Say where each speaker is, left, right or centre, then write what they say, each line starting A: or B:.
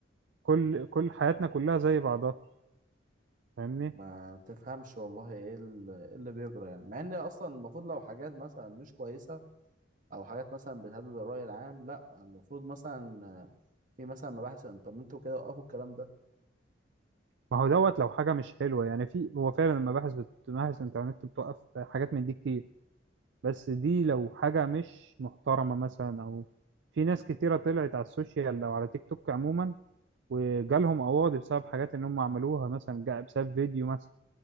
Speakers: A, on the right (about 70°); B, on the right (about 45°).
A: كل كل حياتنا كلها زي بعضها فاهمني
B: ما تفهمش والله ايه ال- إيه اللي بيجرى يعني مع ان اصلا المفروض لو حاجات مثلا مش كويسه او حاجات مثلا بتهدد الراي العام لا المفروض مثلا آه، في مثلا مباحث الانترنت وكده وقفوا الكلام ده
A: ما هو دوت لو حاجة مش حلوة يعني في هو فعلا المباحث بت- مباحث الإنترنت بتوقف حاجات من دي كتير بس دي لو حاجة مش محترمة مثلا أو في ناس كتيرة طلعت على السوشيال أو على تيك توك عموما وجالهم قواضي بسبب حاجات إن هم عملوها مثلا جا- بسبب فيديو مثلا